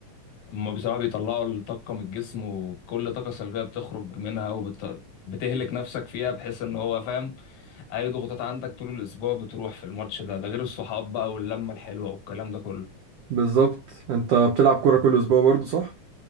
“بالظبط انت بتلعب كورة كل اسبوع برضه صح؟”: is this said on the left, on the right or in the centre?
Right